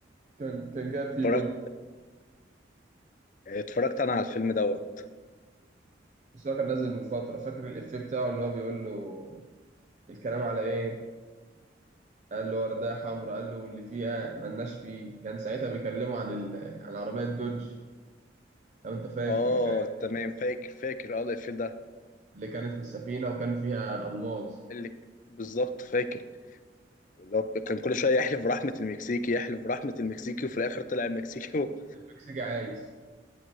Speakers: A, on the right (about 40°); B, on the left (about 45°).
A: كان كان جاب فيه
B: اتفرجت
A: بويك
B: اتفرجت انا على الفيلم دوت
A: بس هو كان نازل من فترة فاكر الإفيه بتاعه اللي هو بيقول له الكلام على إيه؟ قال له وردية حمراء قال له اللي فيها ملناش فيه كان ساعتها بيكلمه عن ال... عن عربية دوج لو أنت فاكر
B: اه
A: اللي كانت
B: تمام فاكر فاكر اه الفيلم ده
A: اللي كانت في السفينة وكان فيها ألماظ
B: اللي بالظبط فاكر اللي هو كان كل شويه يحلف برحمه المكسيكي يحلف برحمه المكسيكي وفي الاخر طلع المكسيكي <laughs> و...
A: مكسيكي عايش